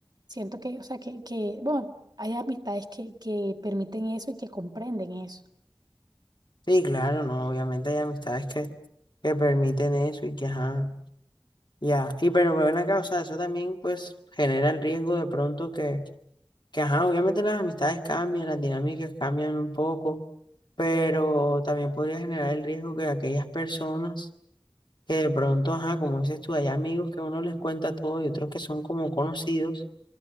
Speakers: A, on the right; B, on the left.
A: Siento que, o sea, que, que, bueno, hay amistades que, que permiten eso y que comprenden eso.
B: Sí, claro, no, obviamente hay amistades que, que permiten eso y que, ajá, ya. Y pero ven acá, o sea, eso también pues genera el riesgo de pronto que, que, ajá, obviamente las amistades cambian, las dinámicas cambian un poco, pero también podría generar el riesgo que aquellas personas que de pronto, ajá, como dices tú, hay amigos que uno les cuenta todo y otros que son como conocidos